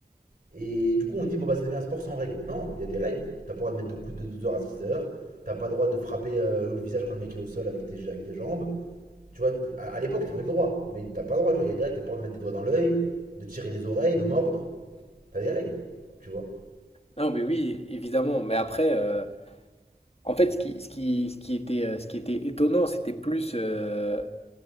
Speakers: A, on the right (about 60°); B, on the left (about 35°).
A: Et du coup, on dit, bon, bah, ça devient un sport sans règles. Non, il y a des règles. T'as pas le droit de mettre de coups de douze heures à six heures. T'as pas le droit de frapper euh, le visage quand le mec est au sol avec tes, avec tes jambes. Tu vois, à, à l'époque, t'avais le droit. Mais t'as pas le droit, tu vois. Il y a des règles. T'as pas le droit de mettre des doigts dans l'œil, de tirer les oreilles, de mordre. T'as des règles, tu vois.
B: Non, mais oui, évidemment. Mais après, euh, en fait, ce qui, ce qui, ce qui était, euh, ce qui était étonnant, c'était plus. euh,